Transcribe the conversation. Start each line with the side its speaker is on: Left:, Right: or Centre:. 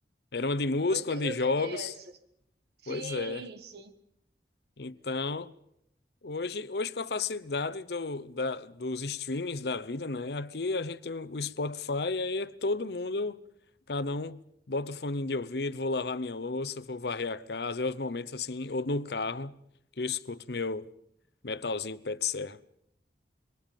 Left: Era uma de música,
Right: Pois eu,
Left: uma de
Right: eu
Left: jogos.
Right: peguei essa. Sim,
Left: Pois é.
Right: sim.
Left: Então, hoje, hoje com a facilidade do, da, dos streamings da vida, né? Aqui a gente tem o Spotify, e aí é todo mundo, cada um bota o fone de ouvido, vou lavar minha louça, vou varrer a casa, é os momentos assim, ou no carro, que eu escuto meu metalzinho pé de serra.